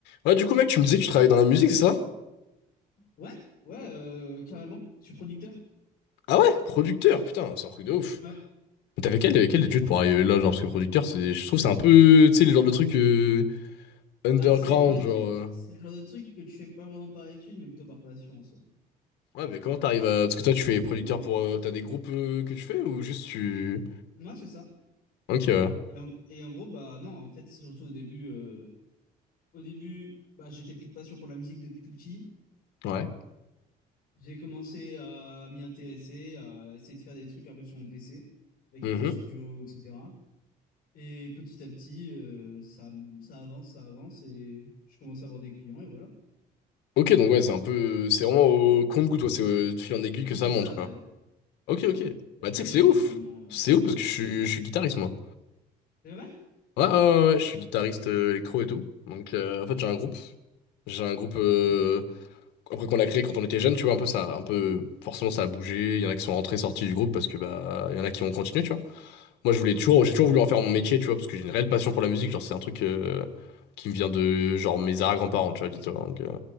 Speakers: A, on the left; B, on the left.
A: Ouais, du coup, mec, tu me disais que tu travaillais dans la musique, c'est ça?
B: Ouais, ouais, euh, carrément. Je suis producteur.
A: Ah ouais, producteur, putain, c'est un truc de ouf.
B: Ouais,
A: Mais T'avais quelle, quelle étude
B: Ça
A: pour
B: va.
A: arriver
B: hein.
A: là, genre, parce que producteur, c'est, je trouve que c'est un peu, tu sais, le genre de truc euh, underground,
B: ah, c'est le genre de truc,
A: genre. euh.
B: c'est le genre de truc que tu fais pas vraiment par étude, mais plutôt par passion en soi.
A: Ouais, mais comment t'arrives à. Parce que toi, tu fais
B: Et-
A: producteur pour. euh, t'as des groupes euh, que tu fais ou juste tu.
B: Ouais, c'est ça.
A: Ok, ouais.
B: Et en, et en gros, bah non, en fait, c'est surtout au début, euh, au début, bah j'étais pris de passion pour la musique depuis tout petit.
A: Ouais.
B: J'ai commencé à m'y intéresser, à essayer de faire des trucs un peu sur mon PC, avec
A: Mhm.
B: FL Studio, etc. Et petit à petit, euh, ça, m- ça avance, ça avance, et je commence à avoir des clients, et voilà.
A: Ok, donc ouais, c'est un peu. C'est vraiment au compte-goutte, ouais, c'est euh, de fil en aiguille que
B: Oui,
A: ça
B: c'est
A: monte,
B: ça.
A: quoi.
B: ouais.
A: Ok,
B: C'est ça.
A: ok.
B: Il
A: Bah,
B: n'y a
A: tu
B: pas
A: sais
B: d'études
A: que c'est ouf.
B: vraiment, euh,
A: C'est
B: d'études,
A: ouf parce que
B: quoi.
A: je suis, je suis guitariste, moi.
B: C'est vrai?
A: Ouais, ouais, ouais, ouais, je suis guitariste euh, électro et tout. Donc, euh, en fait, j'ai un groupe. J'ai un groupe euh,
B: Ok.
A: après qu'on a créé quand on était jeune, tu vois, un peu ça, un peu forcément ça a bougé. Il y en a qui sont rentrés, sortis du groupe parce que bah il y en a qui ont continué, tu vois. Moi, je voulais toujours, j'ai toujours voulu en faire mon métier, tu vois, parce que j'ai une réelle passion pour la musique. Genre, c'est un truc euh, qui me vient de genre mes arrière-grands-parents, tu vois, dis-toi. Donc, euh,